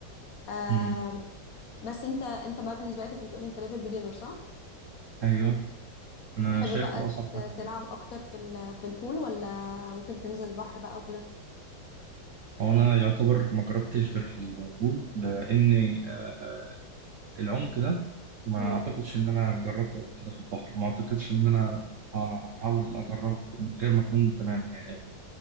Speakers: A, on the left; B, on the right.
A: آه،
B: امم
A: بس انت انت بقى بالنسبة لك انت بتقولي انت ليفل بيجنر صح؟
B: ايوه انا
A: تحب
B: شايف
A: بقى
B: اصعب
A: ت-
B: حاجه
A: تلعب اكتر في ال- في البول ولا ممكن تنزل البحر بقى وكده؟
B: هو انا يعتبر ما جربتش غير في البول لاني آه، العمق ده ما
A: امم
B: اعتقدش ان انا جربته قبل كده في البحر ما اعتقدش ان انا هحاول اجربه من غير ما اكون تمام يعني قوي